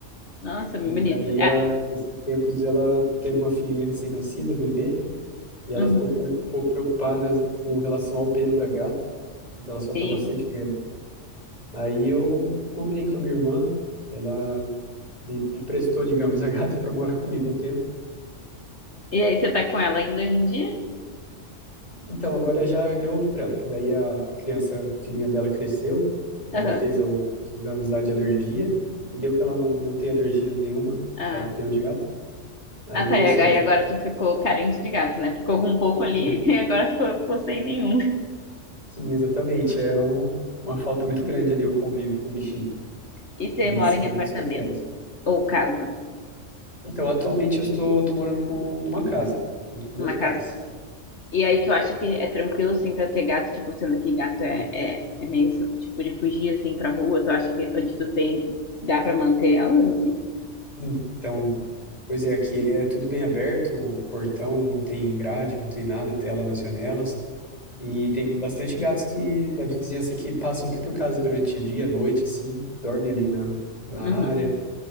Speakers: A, on the left; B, on the left.
A: Nossa, bem
B: E
A: bonito.
B: daí
A: Ah,
B: ela, esses tempos, ela teve uma filhinha recém-nascida, bebê. E ela
A: uhum,
B: ficou com- um pouco preocupada com relação ao pelo da gata, porque ela solta
A: sim.
B: bastante pelo. Aí eu combinei com a minha irmã, ela me, me emprestou, digamos, a gata <laughs> para morar comigo um tempo.
A: E aí, você tá com ela ainda hoje em dia?
B: Então agora eu já devolvi para ela, que daí a criança, a filhinha dela cresceu, e
A: Aham.
B: ela fez o- os exames lá de alergia, e deu que ela não, não tem alergia nenhuma
A: Ah,
B: a pelo de gato. Aí
A: ah, tá,
B: deu
A: e
B: certo.
A: agora e agora
B: Ela,
A: tu ficou carente de gato, né? Ficou com um pouco
B: sim,
A: ali <laughs> e agora ficou, ficou sem nenhum.
B: sim, exatamente. É um- uma falta muito grande ali o convívio com o bichinho.
A: E você
B: Eles
A: mora
B: são
A: em apartamento
B: muito especiais.
A: ou casa?
B: Então, atualmente eu estou tô morando com, numa casa, junto com meus
A: Uma
B: pais.
A: casa E aí tu acha que é tranquilo, assim, pra ter gato, tipo, sendo que gato é, é, é meio, tipo, de fugir, assim, pra rua? Tu acha que onde tu tem, dá pra manter elas, assim?
B: Então, pois é, aqui é tudo bem aberto, o portão não tem grade, não tem nada, tela nas janelas. E tem bastante gatos que da vizinhança que passam aqui por casa durante o dia, noite, assim, dormem ali na, na área.
A: Uhum.